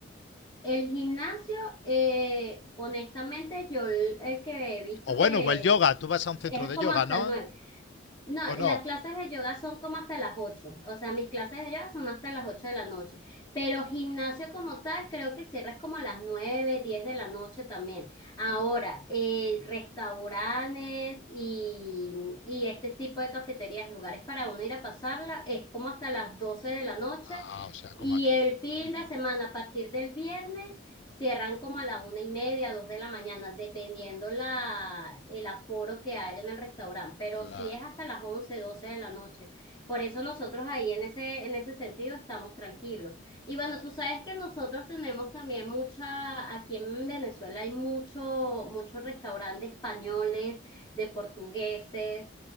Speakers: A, on the left; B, on the left.
A: El gimnasio, eh, honestamente, yo el que he visto
B: O
A: que
B: bueno, o el yoga, tú vas a un centro
A: es
B: de
A: como
B: yoga,
A: hasta
B: ¿no?
A: el nueve, No,
B: ¿O no?
A: las clases de yoga son como hasta las ocho, O sea, mis clases de yoga son hasta las 8 de la noche. Pero gimnasio como tal, creo que cierras como a las 9, 10 de la noche también. Ahora,
B: Ajá.
A: eh, restaurantes y, y este tipo de cafeterías, lugares para uno ir a pasarla, es como hasta las 12 de la noche.
B: Ah, o sea,
A: Y
B: como aquí.
A: el fin
B: Ujú.
A: de semana, a partir del viernes, Cierran como a la una y media, dos de la mañana, dependiendo la, el aforo que haya en el restaurante, pero
B: Claro,
A: sí es hasta las once, doce de la noche. Por eso nosotros ahí en ese, en ese sentido estamos tranquilos. Y bueno,
B: claro.
A: tú sabes que nosotros tenemos también mucha, aquí en Venezuela hay mucho, muchos restaurantes españoles, de portugueses,